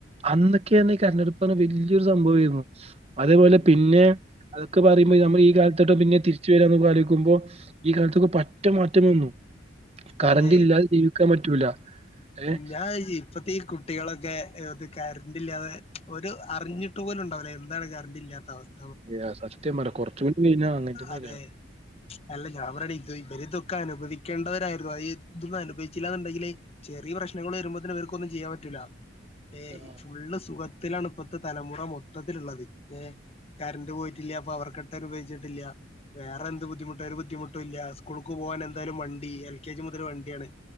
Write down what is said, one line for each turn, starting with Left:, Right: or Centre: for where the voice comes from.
Right: അന്നൊക്കെ പറഞ്ഞ ഈ കറണ്ടടുപ്പ് പറഞ്ഞ വലിയൊരു സംഭവായിരുന്നു അതേപോലെ
Left: ഉം
Right: പിന്നെ അതൊക്ക പറയുമ്പോ നമ്മള് ഈ കാലത്തൊട്ടാ പിന്നെ തിരിച്ചു വരാന്ന് ഒക്കെ ആലോചിക്കുമ്പോ ഈ കാലത്തൊക്കെ പറ്റെ മാറ്റം വന്നു കറന്റ്
Left: അതെ
Right: ഇല്ലാതെ ജീവിക്കാൻ പറ്റൂല ഏഹ്
Left: ഞാൻ ആലോയ്ചേ ഇപ്പത്തേ ഈ കു കുട്ടികളൊക്കെ ഇത് കറണ്ടില്ലാതെ ഓര് അറിഞ്ഞിട്ട് പോലും ഉണ്ടാവില്ല എന്താണ് കറണ്ട് ഇല്ലാത്ത അവസ്ഥ
Right: എഹ് സത്യം പറയാ കൊറച്ചും കൂടി കഴിഞ്ഞാ അങ്ങനെ തന്നെക്കാരം.
Left: അതേയ് അല്ല ഞാൻ പറയ്ണു ഇത് ഇവര് ഇതൊക്കെ അനുഭവിക്കേണ്ടവരായിരുന്നു അത് ഈ ഇതൊന്നും അനുഭവിച്ചില്ല എന്നുണ്ടെങ്കില് ചെറിയ പ്രശ്നങ്ങൾ വരുമ്പോൾ തന്നെ ഇവർക്കൊന്നും ചെയ്യാൻ പറ്റൂലാ ഏയ്‌
Right: ആഹ്.
Left: ഫുള്ള് സുഖ ത്തിലാണ് ഇപ്പത്തെ തലമുറ മൊത്തത്തിലുള്ളത് എഹ് കറണ്ട് പോയിട്ടില്ല പവർക്കെട്ട് അനുഭവിച്ചിട്ടി ട്ടില്ല വേറെ എന്ത് ബുദ്ധിമുട്ട ഒരു ബുദ്ധിമുട്ടും ഇല്ല സ്‌കൂളുക്ക് പോകാൻ എന്തായാലും വണ്ടി എൽ കെ ജി മുതൽ വണ്ടിയാണ്